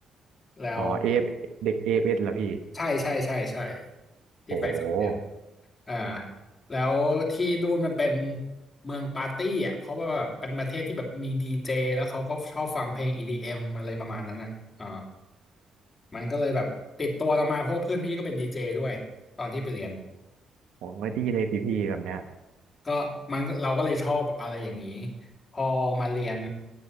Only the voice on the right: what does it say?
อ๋อเอฟเด็กเอฟเอสเหรอพี่
โห
ผมไม่ดีเลยสิพี่แบบเนี้ย